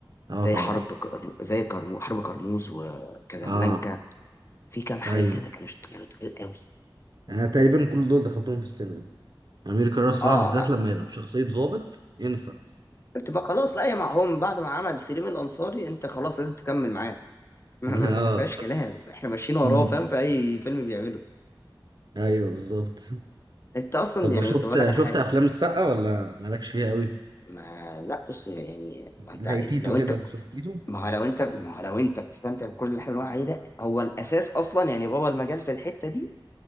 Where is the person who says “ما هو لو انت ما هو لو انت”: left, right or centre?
Left